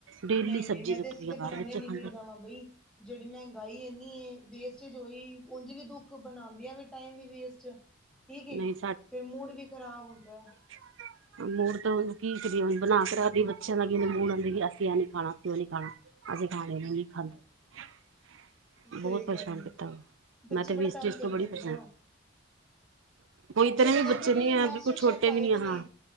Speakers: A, on the right; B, in the centre.
A: ਡੇਲੀ
B: ਨਈ, ਨਈ
A: ਸਬਜ਼ੀ
B: ਮੈਂ
A: ਸੁੱਟਦੀ
B: ਤੇ ਅਸੀ ਤਾ
A: ਆ ਬਾਹਰ
B: ਬਣਾਨੇ
A: ਬੱਚੇ
B: ਹੀ ਲਿਮੀਟ
A: ਖਾਂਦੇ
B: ਦਾ ਵਾਬਈ ਜਿਹੜੀ ਮਹਿੰਗਾਈ ਏਨੀ ਵੇਸਟਜ ਹੋਈ ਉਝ ਵੀ ਕੂਝ ਬਣਾਉਂਦੀ ਆ ਵੀ ਟਾਈਮ ਵੀ ਵੇਸਟ ਠੀਕ
A: ਨਹੀਂ
B: ਏ ਫੇਰ ਮੂਡ ਵੀ ਖ਼ਰਾਬ ਹੁੰਦਾ।
A: <inaudible> ਮੂਡ ਤੋਂ ਕੀ ਕਰੀਏ ਬਣਾ ਕੇ ਰੱਖਦੀਏ ਬੱਚਿਆਂ ਦਾ ਮਡਉਂਦੀ ਅਸੀਂਹ ਨੀ ਖਾਣਾ ਅਸੀਂ ਉਹ ਨੀ ਖਾਣਾ। ਅਸੀਂ ਖਾਣੇ ਨੂੰ ਨਹੀਂ ਖਾਂਦੇ।
B: ਸਹੀ
A: ਬਹੁਤ ਪਰੇਸ਼ਾਨ
B: ਗੱਲ ਏ
A: ਕੀਤਾ
B: ਬੱਚੇ
A: ਮੈਂ ਤੇ
B: ਬੜਾ
A: ਵੇਸਟੇਜ
B: ਤੰਗ ਕਰਦੇ
A: ਤੋਂ ਬੜੀ
B: ਨੇ
A: ਪਰੇ
B: ਨਾ।
A: ਕੋਈ ਇਤਨੇ
B: ਤੇ
A: ਵੀ
B: ਕਹਿੰਦੇ
A: ਬੱਚੇ
B: ਨੇ
A: ਨੀ ਐ,
B: ਮਾਸਟਰ
A: ਬਿਲਕੁਲ
B: ਸ਼ੈਫ
A: ਛੋਟੇ
B: ਆਏ
A: ਵੀ ਨੀ
B: ਦੇ
A: ਹਾਂ।
B: ਨੇ